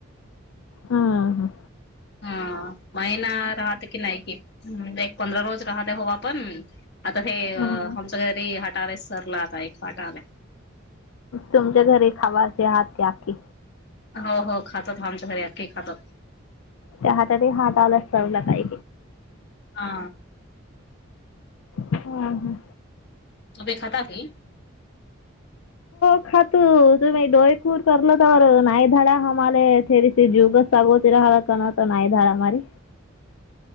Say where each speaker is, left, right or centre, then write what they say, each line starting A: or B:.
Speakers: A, on the left; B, on the left.
A: हा हां
B: हा महिना राहत की नाहीयकी पंधरा रोज राहत हो पण. आता हे
A: हम्म
B: आमच घरीते अे सरला आता एक फट आल्या.
A: तुमच्या घरी खावा असे हात ते आप्पे
B: हो हो खातात आमच्या घरी आखे खातात
A: त्या हातातही हात आला चव काय.
B: हा
A: ह ह
B: तमे खताव की
A: हा तू तुम्ही ोयखूर करलो तर ना धाडा हमेथरी स जुगसगोती राहा करण तर नाई धडामारी